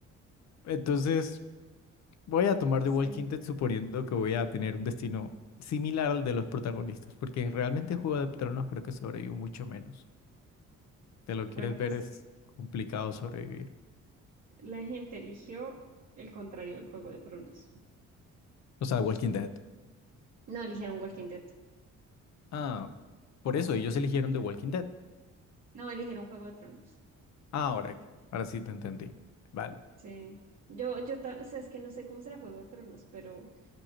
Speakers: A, on the left (about 65°); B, on the right (about 65°).
A: Entonces... Voy a tomar
B: Sí.
A: The Walking Dead suponiendo que voy a tener un destino similar al de los protagonistas, porque realmente Juego de Tronos creo que sobrevivo mucho menos. Te lo
B: Bueno,
A: quieres
B: pues
A: ver, es complicado sobrevivir.
B: la gente eligió el contrario del Juego de Tronos.
A: O sea, The Walking Dead.
B: No eligieron Walking Dead.
A: Ah, por eso ellos eligieron The Walking Dead.
B: No eligieron Juego de Tronos.
A: Ah, ahora, ahora sí te entendí. Vale.
B: Sí. Yo, yo, ta- o sea, es que no sé cómo será Juego de Tronos, pero